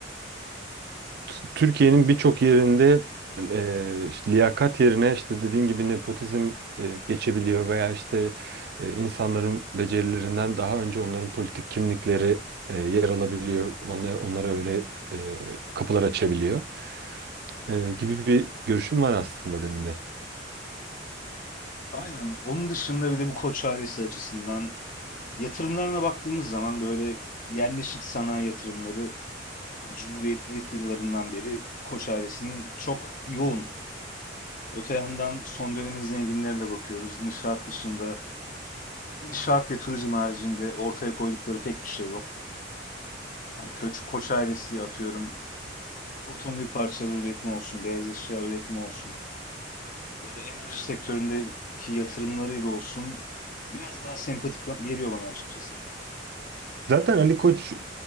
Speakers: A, on the right; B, on the left.
A: T- Türkiye'nin birçok yerinde e, işte liyakat yerine işte dediğin gibi nepotizm e, geçebiliyor veya işte e, insanların becerilerinden daha önce onların politik kimlikleri e, yer alabiliyor. Onlara, onlara öyle e, kapılar açabiliyor E, gibi bir görüşüm var aslında benim de.
B: Aynen. Onun dışında bir de bu Koç ailesi açısından Yatırımlarına baktığımız zaman böyle yerleşik sanayi yatırımları yani Cumhuriyet'in ilk yıllarından beri Koç ailesinin çok yoğun. Öte yandan son dönemin zenginlerine de bakıyoruz. İnşaat dışında, inşaat ve turizm haricinde ortaya koydukları pek bir şey yok. Hani Koç, Koç ailesi atıyorum otomobil parçaları üretimi olsun, beyaz eşya üretimi olsun ya da enerji sektöründeki yatırımlarıyla olsun biraz daha sempatik ba- geliyor bana açıkçası.
A: Zaten Ali Koç e,